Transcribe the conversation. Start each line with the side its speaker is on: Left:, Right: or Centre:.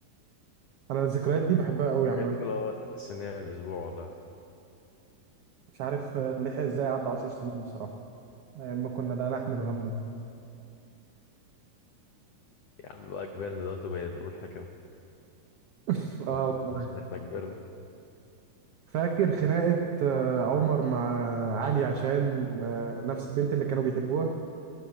Right: انا الذكريات دي بحبها قوي عامه
Left: الحاجات دي كلها تحس ان هي من اسبوع والله
Right: مش عارف آه، لحق ازاي عدى 10 سنين بصراحة أيام ما كنا لا نحمل هما
Left: يا عم بقى كبرنا دلوقتي وبقينا بنقول حكم
Right: <laughs>
Left: ما
Right: اه
Left: فكرناش
Right: والله
Left: ان احنا كبرنا
Right: فاكر خناقة آه، عمر مع علي عشان آه، نفس البنت اللي كانوا بيحبوها